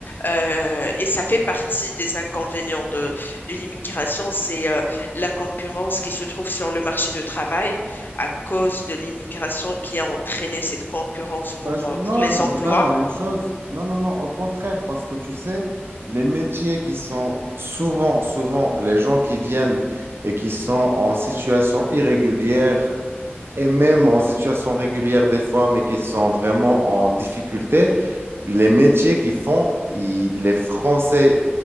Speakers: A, on the left; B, on the right.
A: euh, et ça fait partie des inconvénients de de l'immigration, c'est euh, la concurrence qui se trouve sur le marché de travail à cause de l'immigration qui a entraîné cette concurrence pour
B: Bah, je-
A: euh,
B: non,
A: pour les
B: je ne
A: emplois.
B: dis pas la même chose. Non, non, non, au contraire, parce que tu sais, Les métiers qui sont souvent, souvent, les gens qui viennent et qui sont en situation irrégulière et même en situation régulière des fois, mais qui sont vraiment en difficulté, les métiers qu'ils font, ils- les Français